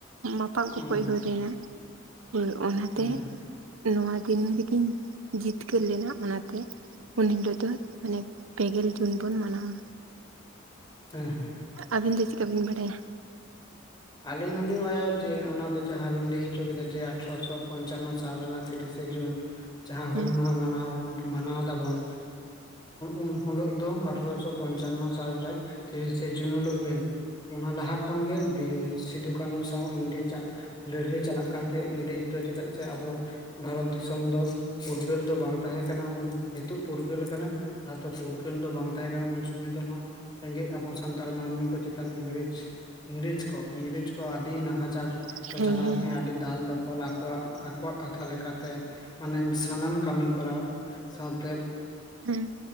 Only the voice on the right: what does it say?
ᱢᱟᱯᱟᱜ ᱜᱚᱯᱚᱡ
ᱦᱩᱭ ᱞᱮᱱᱟ ᱦᱳᱭ ᱚᱱᱟᱛᱮ
ᱱᱚᱣᱟ ᱛᱤᱦᱤᱱ ᱨᱮᱠᱤᱱ ᱡᱤᱛᱠᱟᱹᱨ ᱞᱮᱱᱟ ᱚᱱᱟᱛᱮ ᱩᱱ ᱦᱤᱞᱳᱜ ᱫᱚ ᱢᱟᱱᱮ ᱯᱮᱜᱮᱞ ᱡᱩᱱ ᱵᱚᱱ ᱢᱟᱱᱟᱣᱟ
ᱟᱹᱵᱤᱱ ᱫᱚ ᱪᱤᱠᱟᱹ ᱵᱤᱱ ᱵᱟᱰᱟᱭᱟ
ᱦᱮᱸ
ᱦᱮᱸ
ᱦᱮᱸ
ᱦᱮᱸ